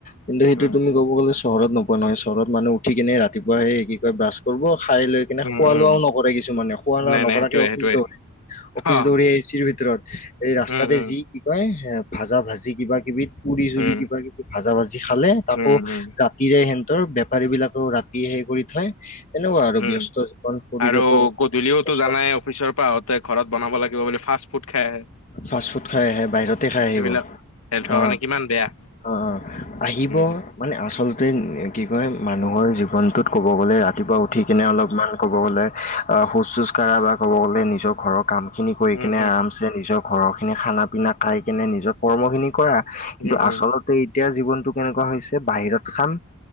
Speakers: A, on the left; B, on the left.
A: কিন্তু সেইটো
B: উম
A: তুমি ক'ব গ'লে চহৰত নোপোৱা নহয় চহৰত মানুহ উঠি কেনে ৰাতিপুৱা সে কি কয় ব্ৰাছ কৰব খাই লৈ কিনে খোৱা
B: উম উম
A: -লোৱাও নকৰে কিছুমানে খোৱা -লোৱা
B: নাই
A: নকৰাকে
B: নাই সেইটোয়ে
A: অফিচ
B: সেইটোয়ে
A: দৌৰে। অফিচ
B: অ
A: দৌৰি এচিৰ ভিতৰত
B: উম
A: তাতে
B: উম
A: যি কি কয় এ ভাজা- ভাজি, কিবা- কিবি, পুৰি -চুৰি,
B: উম
A: কিবা -কিবি, ভাজা - ভাজি আজি খালে তাকো
B: উম উম
A: ৰাতিৰে সিহঁতৰ বেপাৰী বিলাকেও ৰাতি হেই কৰি থয়। তেনেকুৱা আৰু
B: উম,
A: ব্যস্ত জীৱন শৰীৰতো
B: আৰু গধূলিওতো
A: কষ্ট
B: জানাই অফিচৰ পৰা আহোতে ঘৰত বনাব লাগিব বুলি ফা ফাষ্ট -ফুড খাই আহে।
A: ফাষ্ট -ফুড খাই আহে বাহিৰতে খাই
B: সেইবিলাক
A: আহিব,
B: হেল্থৰ কাৰণে
A: অহ।
B: কিমান বেয়া
A: অহ, আহিব
B: উম
A: মানে আচলতে কি কয় মানুহৰ জীৱনটোত ক'ব গ'লে ৰাতিপুৱা উঠিকনে
B: উম
A: অলপমান ক'ব গ'লে খোজ -চুজ কাঢ়া বা ক'ব গ'লে নিজৰ ঘৰৰ কাম খিনি কৰি
B: উম
A: কিনে আৰামছে নিজৰ ঘৰৰ খিনি খানা- পিনা খাই কেনে নিজৰ কৰ্ম খিনি কৰা
B: উম
A: কিন্তু
B: উম
A: আচলতে
B: উম
A: এতিয়া জীৱনটো কেনেকুৱা হৈছে বাহিৰত খাম